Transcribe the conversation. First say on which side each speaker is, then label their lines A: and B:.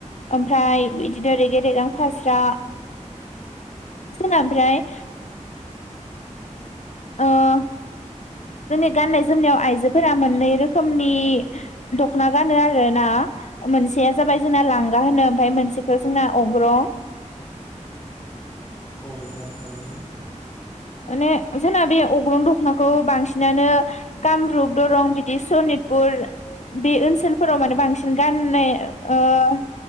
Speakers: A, on the left; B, on the left.
A: ओमफ्राय बिदिनो रेगें-रेगां फास्रा, जोंना ओमफ्राय ओ- जोंनि गाननाय-जोमनायाव आइजोफोरा मोननै रोखोमनि दखना गानो आरो ना। ओ-मोनसेया जाबाय जोंना लांगा होनो ओमफ्राय मोनसेखौ जोंना अग्र'।
B: औ नोंथां थारैनो
A: माने जोंना बे अग्रं दख'नाखौ बांसिनानो कामरुप, दरं, बिदि सनितपुर बे ओनसोलफोराव माने बांसिन गाननाय ओ-